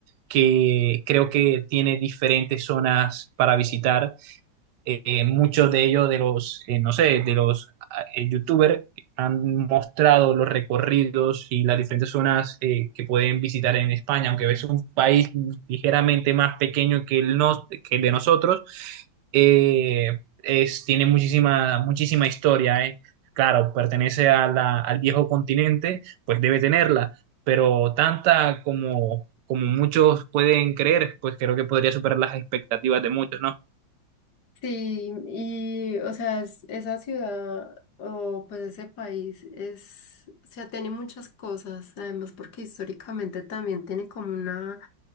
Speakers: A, on the right; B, on the left.
A: que creo que tiene diferentes zonas para visitar eh, muchos de ellos, de los, eh, no sé, de los eh, youtubers, han mostrado los recorridos y las diferentes zonas eh, que pueden visitar en España, aunque es un país ligeramente más pequeño que el, nos- que el de nosotros, eh, es, tiene muchísima, muchísima historia, eh. Claro, pertenece a la- al viejo continente, pues debe tenerla, pero tanta como, como muchos pueden creer, pues creo que podría superar las expectativas de muchos, ¿no?
B: Sí, y o sea, es- esa ciudad o pues ese país es, o sea, tiene muchas cosas, además porque históricamente también tiene como una,